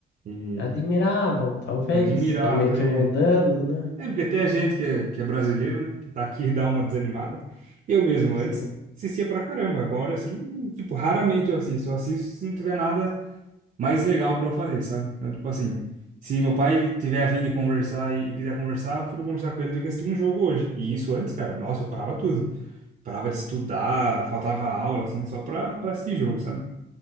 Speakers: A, on the right; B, on the left.
A: E
B: Admiravam, talvez.
A: admirar,
B: Tá meio que
A: é,
B: mudando, né?
A: é porque até a gente que é, que é brasileiro, né, que tá aqui e dá uma desanimada. Eu mesmo
B: Sim,
A: antes assistia pra caramba, agora assim, tipo, raramente eu assisto. Eu assisto se não tiver nada mais legal pra eu fazer, sabe? Então, tipo assim, se meu pai tiver a fim de conversar e, e quiser conversar, eu prefiro conversar com ele do que assistir um jogo hoje. E isso antes, cara, nossa, eu parava tudo. parava de estudar, faltava aula, assim, só pra, pra assistir jogo, sabe?